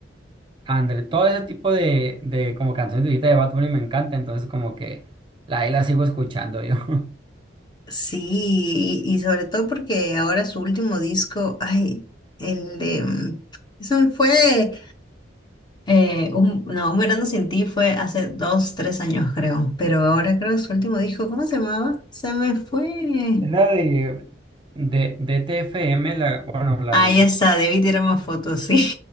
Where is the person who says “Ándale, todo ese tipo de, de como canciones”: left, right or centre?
Right